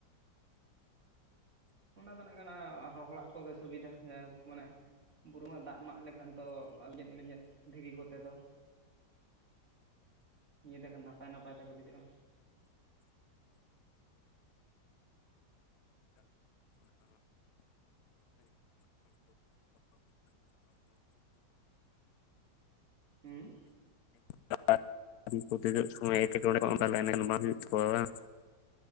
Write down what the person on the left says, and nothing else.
<inaudible> ᱫᱮᱡᱚᱜ ᱥᱚᱢᱚᱭ ᱮᱴᱠᱮᱴᱚᱸᱬᱮ ᱦᱚᱸ ᱛᱟᱸᱦᱚᱞᱮ ᱵᱟᱝ ᱦᱩᱭᱩᱜ ᱛᱟᱠᱚᱣᱟ ᱵᱟᱝ?